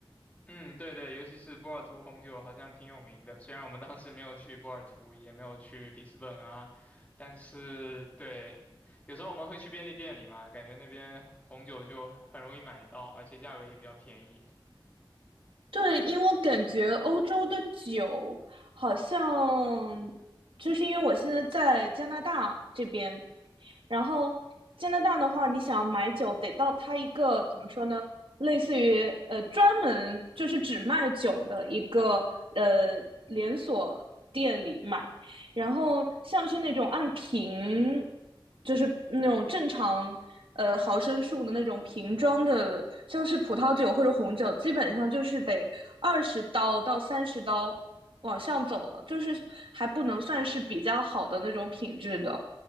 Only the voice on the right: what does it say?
对，因为我感觉欧洲的酒好像，就是因为我现在在加拿大这边，然后加拿大的话，你想要买酒，得到它一个怎么说呢，类似于呃专门就是只卖酒的一个呃连锁店里买，然后像是那种按瓶就是那种正常呃毫升数的那种瓶装的，像是葡萄酒或者红酒，基本上就是得二十刀到三十刀往上走了，就是还不能算是比较好的那种品质的。